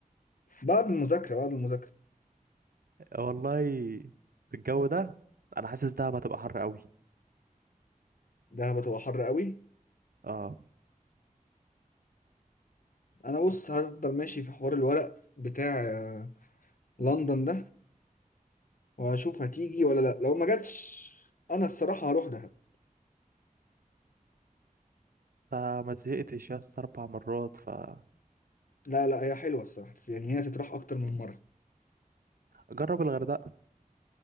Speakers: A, on the left; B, on the right.
A: بعد المذاكرة بعد المذاكرة
B: والله في الجو ده انا حاسس دهب هتبقى حر قوي
A: دهب هتبقى حر قوي
B: اه
A: انا بص هفضل ماشي في حوار الورق بتاع آه، لندن ده وهشوف هتيجي ولا لا لو ما جاتش انا الصراحة هروح دهب
B: فما زهقتش يا اسطى اربع مرات فجرب
A: لا لا هي حلوة الصراحة يعني هي تتراح اكتر من مرة
B: الغردقه